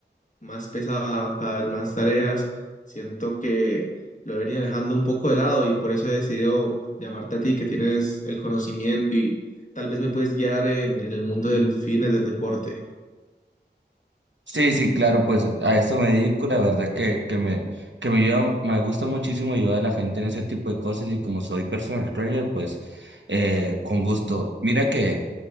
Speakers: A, on the left; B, on the right.
A: más pesada, cada vez más tareas. Siento que lo he venido dejando un poco de lado y por eso he decidido llamarte a ti, que tienes el conocimiento y tal vez me puedes guiar en, en el mundo del fitness, del deporte.
B: Sí, sí, claro, pues a esto me dedico, la verdad que, que me, que me ayuda, me gusta muchísimo ayudar a la gente en ese tipo de cosas y como soy personal trainer, pues eh, con gusto. Mira que...